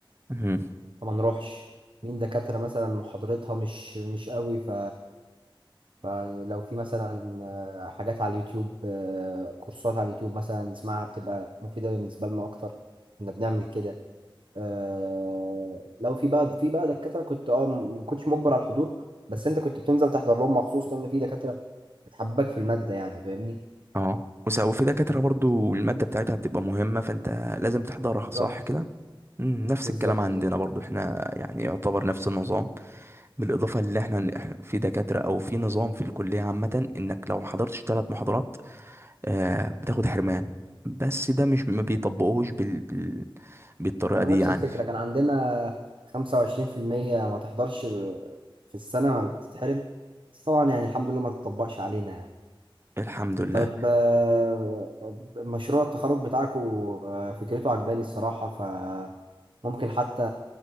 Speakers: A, on the right (about 30°); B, on the right (about 70°).
A: مهم.
B: فما نروحش مين دكاترة مثلا محاضرتها مش مش قوي ف... فلو في مثلا آه، حاجات على اليوتيوب آه، كورسات على اليوتيوب مثلا نسمعها بتبقى مفيدة بالنسبة لنا أكتر كنا بنعمل كده آه لو في بقى في بقى دكاترة كنت اه ما كنتش مجبر على الحضور بس انت كنت بتنزل تحضر لهم مخصوص لان في دكاترة بتحبك في المادة يعني فاهمني
A: اه وس- وفي دكاترة برضو المادة بتاعتها بتبقى مهمة فانت لازم تحضرها صح
B: بالظبط
A: كده مم، نفس
B: بالظبط
A: الكلام عندنا
B: كده
A: برضو احنا يعني يعتبر نفس النظام بالإضافة اللي احنا إحنا في دكاترة أو في نظام في الكلية عامة إنك لو حضرتش ثلاث محاضرات آه بتاخد حرمان بس ده مش ما بيطبقوهش بال... بال... بالطريقة
B: ونفس
A: دي يعني
B: الفكرة كان عندنا 25% ما تحضرش في السنة ما بتتحرم بس طبعا يعني الحمد لله ما تطبقش علينا يعني
A: الحمد لله
B: طيب آه، مشروع التخرج بتاعكو آه، فكرته عجباني الصراحة فممكن حتى